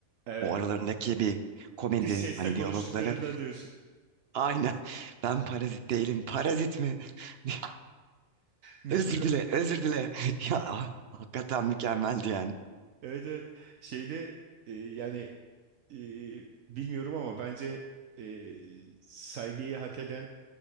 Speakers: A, on the right (about 75°); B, on the right (about 60°).
A: Evet.
B: O aralarındaki bir komedi
A: Dış sesle
B: hani
A: konuştuklarına
B: diyalogları.
A: diyorsun.
B: Aynen. <laughs> Ben parazit değilim. Parazit mi? <laughs>
A: Mükemmel.
B: Özür dile, özür dile. <laughs> Ya ah, hakikaten mükemmeldi yani.
A: Evet evet. Şeyde e, yani e, bilmiyorum ama bence e, saygıyı hak eden